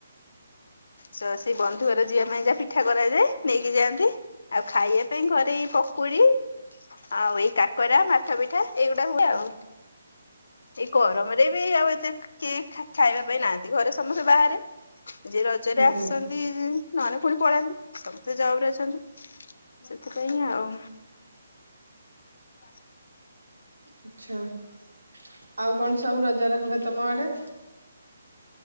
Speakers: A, on the left; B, on the right.
A: ସ ସେଇ ବନ୍ଧୁ ଘର ଝଅ ପାଇଁ ଯା ପିଠା କରାଯାଏ ନେଇକି ଯାଆନ୍ତି। ଆଉ ଖାଇବା ପାଇଁ ଘରେ ଏଇ ପକୁଡି। ଆଉ ଏଇ କାକରା ମାଠ ପିଠା ଏଇଗୁଡା ହୁଏ ଆଉ। ଏଇ ଗରମ ରେ ବି ଆଉ ଏତେ। କିଏ ଖାଇବା ପାଇଁ ନାହାନ୍ତି ଘରେ ସମସ୍ତେ ବାହାରେ ଯିଏ ରଜରେ
B: ହୁଁ
A: ଆସନ୍ତି।
B: ହୁଁ
A: ନହେଲେ ପୁଣି ପଳାନ୍ତି ସମସ୍ତେ ଜବ ରେ ଅଛନ୍ତି ସେଥିପାଇଁ ଆଉ। ହ
B: ଆଛା ଆଉ କଣ ସବୁ ରଜ ରେ ହୁଏ ତମ ଆଡେ।